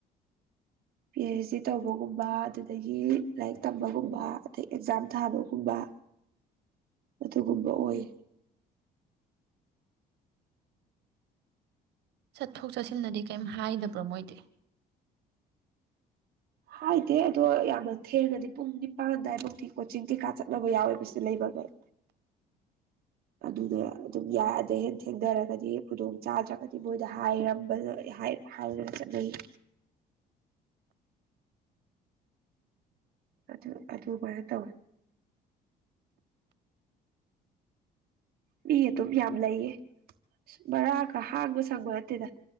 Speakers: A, on the right; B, on the right.
A: ꯄꯤ ꯑꯩꯩꯆ ꯗꯤ ꯇꯧꯕꯒꯨꯝꯕ ꯑꯗꯨꯗꯒꯤ ꯂꯥꯏꯔꯤꯛ ꯇꯝꯕꯒꯨꯝꯕ ꯑꯗꯩ ꯑꯦꯛꯖꯥꯝ ꯊꯥꯕꯒꯨꯝꯕ ꯑꯗꯨꯒꯨꯝꯕ ꯑꯣꯏ
B: ꯆꯠꯊꯣꯛ ꯆꯠꯁꯤꯟꯗꯗꯤ ꯀꯩꯝ ꯍꯥꯏꯗꯕ꯭ꯔꯣ ꯃꯣꯏꯗꯤ
A: ꯍꯥꯏꯗꯦ ꯑꯗꯣ ꯌꯥꯝꯅ ꯊꯦꯡꯉꯗꯤ ꯄꯨꯡ ꯅꯤꯄꯥꯟꯗꯋꯥꯏꯐꯥꯎꯗꯤꯤ ꯀꯣꯆꯤꯡ ꯀꯩꯀꯥ ꯆꯠꯅꯕ ꯌꯥꯎꯋꯦꯕꯁꯤ ꯂꯩꯕꯒꯩ ꯑꯗꯨꯅ ꯑꯗꯨꯝ ꯌꯥꯗꯩ ꯍꯦ ꯊꯦꯡꯅꯔꯒꯗꯤ ꯈꯨꯗꯣꯡ ꯆꯥꯗ꯭ꯔꯒꯗꯤ ꯃꯣꯏꯗ ꯍꯥꯏꯔꯝꯕ ꯍꯥꯏꯔꯒ ꯆꯠꯅꯩꯌꯦ ꯑ ꯑꯗꯚꯥꯏ ꯇꯥꯎ ꯃꯤ ꯑꯗꯨꯝ ꯌꯥꯝ ꯂꯩꯌꯦ ꯕꯔꯥꯒ ꯍꯥꯡꯕ ꯁꯪꯕ ꯅꯠꯇꯦꯗ